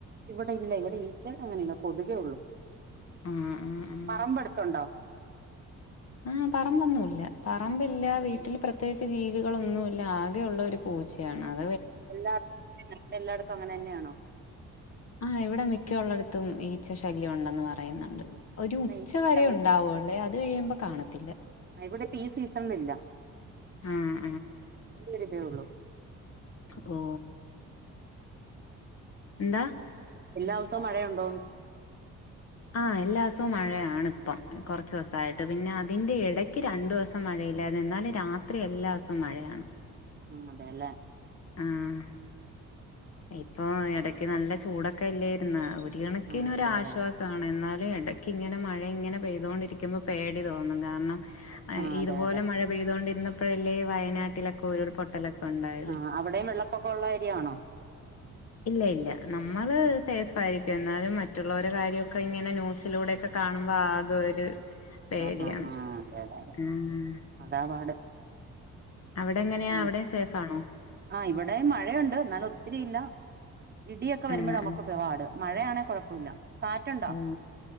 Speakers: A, on the right; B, on the left.
A: ഇവിടെ ഇല്ല ഇവിടെ ഈച്ച അങ്ങനെയില്ല കൊതുകേ ഒള്ളൂ
B: ആ ആ ആ
A: പറബ് അട്ത്ത്ണ്ടോ
B: ആഹ് പറമ്പൊന്നുല്ല പറമ്പില്ല വീട്ടിൽ പ്രത്യേകിച്ച് ജീവികളൊന്നുല്ല ആകെയള്ള ഒരു പൂ ച്ചയാണ് അത്‌
A: എല്ലാ എല്ലായിടത്തു അങ്ങനെന്നെയാണോ?
B: ആഹ് ഇവിടെ മിക്ക ഉള്ളിടത്തും ഈച്ച ശല്യം ഉണ്ടെന്ന് പറയുന്നുണ്ട്. ഒരു ഉച്ച
A: ഇവിടെ
B: വരെ ഉണ്ടാവൂള്ളേ അത് കഴിയുമ്പോ കാണത്തില്ല
A: ആഹ് ഇവിടിപ്പോ ഈ സീസണിൽ ഇല്ല
B: ആഹ്
A: ഒരു ഇതേയുള്ളു
B: ഓ എന്താ
A: എല്ലാ ദിവസവും മഴയുണ്ടോന്ന്
B: ആഹ് എല്ലാ ദിവസവും മഴയാണ് ഇപ്പം കുറച്ച് ദിവസായിട്ട് പിന്നെ അതിന്റെ ഇടയ്ക്ക് രണ്ടു ദിവസം മഴ ഇല്ലായിരുന്നു എന്നാലും രാത്രി എല്ലാ ദിസവും മഴയാണ്
A: ആഹ് അതെയല്ലേ
B: ആഹ് ഇപ്പൊ ഇടക്ക് നല്ല ചൂടൊക്കെ അല്ലായിരുന്നോ ഒ തിണക്കിനൊരു
A: ആ അതെ
B: ആശ്വാ
A: അതെ
B: എന്നാലും എടയ്ക്ക് ഇങ്ങനെ മഴ ഇങ്ങനെ പെയ്തൊണ്ടിരിക്കുമ്പോ പേടി തോന്നും കാരണം
A: ആ അതെ
B: ഇതുപോലെ
A: അതെ
B: മഴ പെയ്തൊണ്ടിരുന്നപ്പോഴല്ലേ വയനാട്ടിലൊക്കെ ഉരുൾ പൊട്ടലൊക്കെ ണ്ടായത്
A: ആ അവിടെയും വെള്ളപ്പൊക്കം ഉള്ള ഏരിയ ആണോ
B: ഇല്ല ഇല്ല നമ്മള് സേഫ് ആയിരിക്കും എന്നാലും മറ്റുള്ളവരെ കാര്യക്കെ ഇങ്ങനെ ന്യൂസിലൂടെ ഒക്കെ കാണുമ്പോ ആകെ ഒരു പേടിയാണ്
A: അ അ ആ അതെ അതെ
B: ആഹ്
A: അതാപാട്.
B: അവിടെ എങ്ങനെയാ
A: മ്
B: അവിടെ സേഫ് ആണോ
A: ആ ഇവിടെ മഴയുണ്ട് എന്നാലൊത്തിരിയില്ല. ഇടിയൊക്കെ വരുമ്പഴ
B: ആഹ്
A: നമുക്കപപാട്
B: ആഹ്
A: മഴയാണെ കുഴപ്പമില്ല. കാറ്റുണ്ടോ
B: ഓ